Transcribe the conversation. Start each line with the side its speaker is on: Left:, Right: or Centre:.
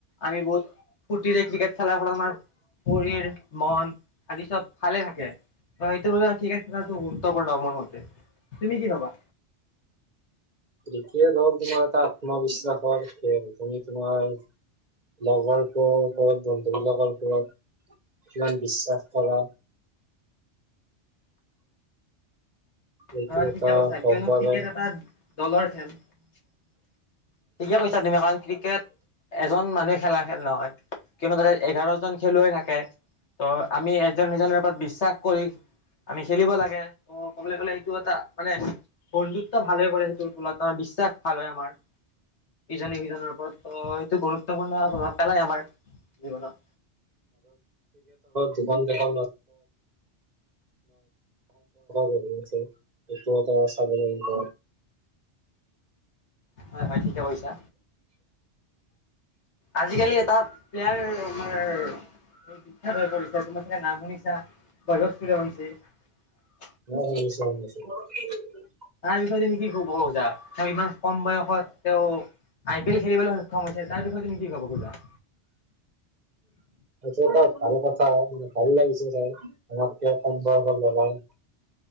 Left: আমি বহুত ফূৰ্তিৰে ক্ৰিকেট খেলা। প্ৰথম পৰিৰ মন আদি চব ভালে থাকে। সেইটো বাৰু ক্ৰিকেট খেলাটো হল গুৰুত্ব পূৰ্ণ মোৰ মতে, তুমি কি ভাবা?
Right: ক্ৰিকেট হ'ল তোমাৰ এটা আত্মবিশ্বাসৰ খেল তুমি তোমাৰ লগৰটো ওপৰত বন্ধুবিলৰ ওপৰত কিমান বিশ্বাস কৰা। এইটো
Left: হয়
Right: এটা
Left: ঠিকে কৈছা
Right: গম
Left: কিয়নো
Right: পোৱা
Left: ক্ৰিকেট
Right: যায়।
Left: এটা দলৰ খেল। <unintelligible> ক্ৰিকেট এজন মানুহে খেলা খেল নহয়, কিয়নো তাতে এঘাৰজন খেলুৱৈ থাকে ত' আমি নিজৰ, নিজৰ নিৰাপৰত বিশ্বাস কৰি আমি খেলিব লাগে ত' ক'বলৈ গ'লে সেইটো এটা মানে বন্ধুত্ব ভালে কৰে সেইটোৰ ফলত আমাৰ বিশ্বাস ভাল হয়, আমাৰ ইজনে সিজনৰ ওপৰত এইটো গুৰুত্বপূৰ্ণ প্ৰভাৱ পেলাই আমাৰ জীৱনত।
Right: <unintelligible> আমাৰ সম্পৰ্ক গঢ়ি আছে সেইটো এটা চাব লাগিব।
Left: হয়, হয় ঠিকে কৈছা। আজিকালি এটা প্লেয়াৰ আমাৰ বিখ্যাত হৈ পৰিছে তোমাৰ চাগে নাম শুনিছা? বয়স <unintelligible> <unintelligible>
Right: <unintelligible>
Left: তাৰ বিষয়ে তুমি কি ক'ব খোজা? তেওঁ ইমান কম বয়সত তেওঁ আই পি এল খেলিবলৈ সক্ষম হৈছে তাৰ বিষয়ে তুমি কি ক'ব খোজা?
Right: সেইটো এটা ভাল কথা ভাল লাগিছে, চাই আমাৰ কিয় কম বয়সৰ ল'ৰাই